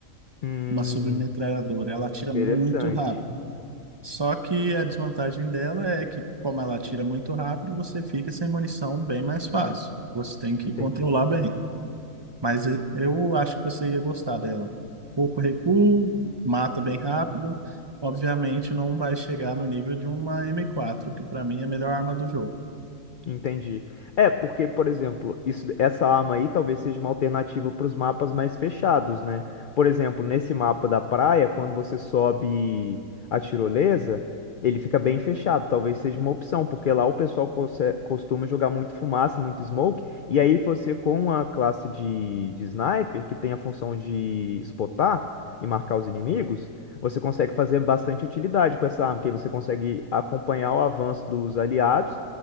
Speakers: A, on the left; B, on the right.
A: Hum,
B: uma submetralhadora. Ela atira
A: interessante.
B: muito rápido. Só que a desvantagem dela é que, como ela atira muito rápido, você fica sem munição bem mais fácil. Você tem que
A: Entendi.
B: controlar bem. Mas e- eu acho que você ia gostar dela. Pouco recuo, mata bem rápido. Obviamente não vai chegar no nível de uma M4, que pra mim é a melhor arma do jogo.
A: Entendi. É, porque, por exemplo, isso, essa arma aí talvez seja uma alternativa para os mapas mais fechados, né? Por exemplo, nesse mapa da praia, quando você sobe a tirolesa, ele fica bem fechado. Talvez seja uma opção, porque lá o pessoal conse- costuma jogar muito fumaça, muito smoke, e aí você, com a classe de, de sniper, que tem a função de spotar e marcar os inimigos. Você consegue fazer bastante utilidade com essa arma, que aí você consegue acompanhar o avanço dos aliados